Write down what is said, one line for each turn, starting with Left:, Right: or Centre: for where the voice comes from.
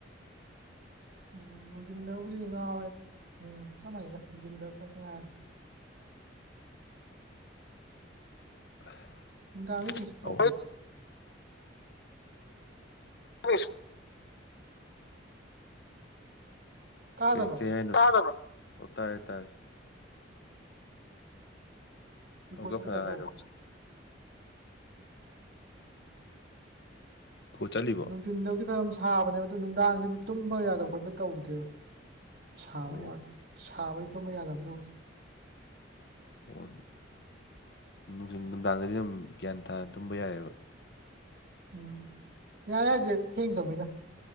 Right: ꯎꯝ ꯅꯨꯡꯊꯤꯟꯗꯕꯨꯗꯤ ꯉꯥꯎꯋꯦ ꯎꯝ ꯆꯞ ꯃꯥꯟꯅꯩꯗ ꯅꯨꯡꯊꯤꯟꯗ ꯈꯔ ꯉꯥꯏꯔꯦ
Left: <unintelligible>
Right: ꯅꯨꯡꯗꯥꯡꯗꯗꯤ ꯀꯩꯁꯨ ꯇꯧꯗꯦꯗ
Left: ꯑꯧ ꯑꯩꯁ
Right: ꯇꯥꯗꯕ꯭ꯔꯣ
Left: ꯀꯩ ꯀꯩ ꯍꯥꯏꯅꯣ ꯑꯣ ꯇꯥꯔꯦ ꯇꯥꯔꯦ
Right: ꯏꯀꯣ
Left: ꯑꯗꯨꯒ
Right: ꯆꯠꯄꯩ
Left: ꯐꯠ
Right: ꯇꯥꯏꯞ
Left: ꯍꯥꯢꯔꯛꯑꯣ
Right: ꯇꯧꯕ
Left: ꯏꯀꯣ ꯆꯠꯂꯤꯕꯣ
Right: ꯅꯨꯡꯊꯤꯟꯗꯕꯨꯗꯤ ꯐꯅꯌꯥꯝ ꯁꯥꯕꯅꯦꯕꯗꯨ ꯅꯨꯡꯗꯥꯡꯗꯗꯤ ꯇꯨꯝꯕ ꯌꯥꯗꯕ ꯈꯣꯠꯄ ꯇꯧꯗꯦꯕ ꯁꯥꯕ
Left: ꯑꯣ
Right: ꯁꯥꯕꯩ ꯇꯨꯝꯕ ꯌꯥꯗꯕꯗꯣ
Left: ꯑꯣ ꯅꯨꯡꯗꯥꯡꯗꯗꯤ ꯑꯗꯨꯝ ꯒ꯭ꯌꯥꯟ ꯇꯥꯅ ꯇꯨꯝꯕ ꯌꯥꯏꯑꯦꯕ
Right: ꯎꯝ ꯌꯥꯥꯢ ꯍꯥꯢꯁꯦ ꯊꯦꯡ ꯇꯨꯝꯃꯤꯗ